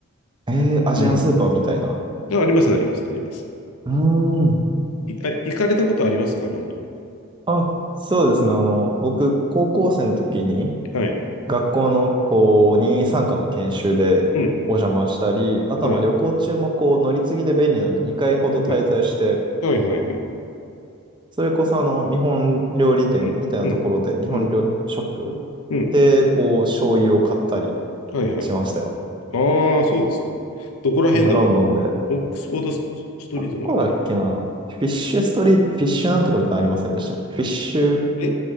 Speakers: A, on the right; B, on the left.
A: えー、アジアンスーパーみたいな。
B: うん。あ、あります、あります、あります。
A: うーん。
B: い、あ、行かれたことありますか、ロンドン。
A: あ、そうですね。あの、僕、高校生の時に、
B: はい。
A: 学校のこう任意参加の研修でお邪魔したり、
B: うん。
A: あとはまあ旅行中もこう乗り継ぎで便利なので2回ほど滞在して、
B: はい。はい。はい、はい、はい。
A: それこそあの日本料理店みたいなところで、
B: うん。うん。
A: 日本料ショップでこう醤油を買ったり
B: うん。うん。はい、はい。
A: しましたよ。
B: ああ、そうですか。どこら辺だろ
A: あのロンドンで。
B: う。オックスフォードスストリートのあたり。
A: どこだっけなフィッシュストリート、フィッシュなんとかみたいなのありませんでしたっけフィッシュ、フ
B: え